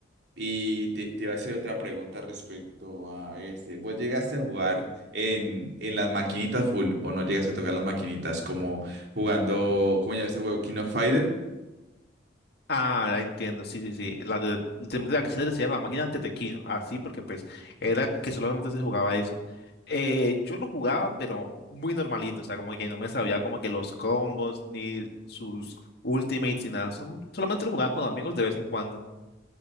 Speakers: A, on the right; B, on the left.
A: Y te, te iba a hacer otra pregunta respecto a este. ¿Vos llegaste a jugar en, en las maquinitas full o no llegaste a tocar las maquinitas como jugando, como ya ese juego King of Fighter?
B: Ah, la entiendo, sí, sí, sí. La de, se me- la que se le decía la máquina de Tequino, así, porque pues era que solamente se jugaba eso. Eh, yo lo jugaba, pero muy normalito, o sea, como que no me sabía como que los combos, ni sus ultimates, ni nada. Sol- solamente lo jugaba con amigos de vez en cuando.